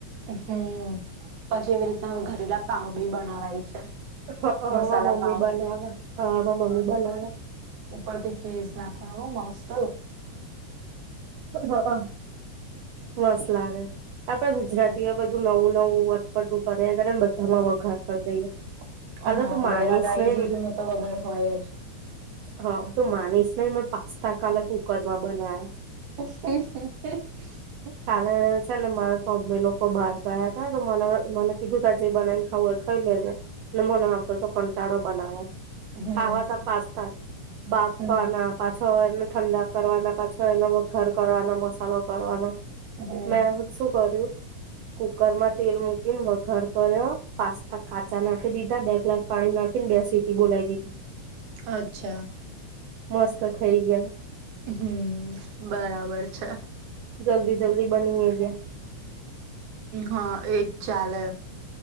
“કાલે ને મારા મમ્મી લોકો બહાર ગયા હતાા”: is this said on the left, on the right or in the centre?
Right